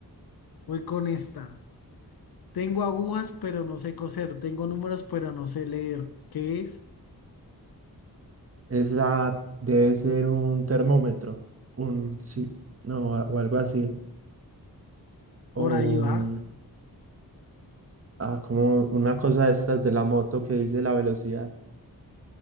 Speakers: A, on the left; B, on the right.
A: Voy con esta. Tengo agujas, pero no sé coser. Tengo números, pero no sé leer. ¿Qué es?
B: Esa debe ser un termómetro, un sí, no, o algo así,
A: Por
B: o
A: ahí va.
B: un Ah, como una cosa de estas de la moto que dice la velocidad.